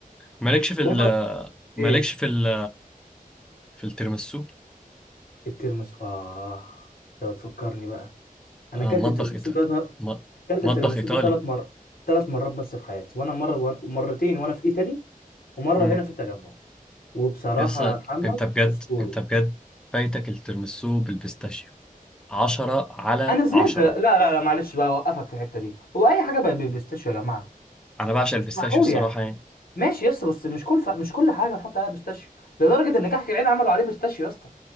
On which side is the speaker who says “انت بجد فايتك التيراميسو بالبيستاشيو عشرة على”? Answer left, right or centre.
Centre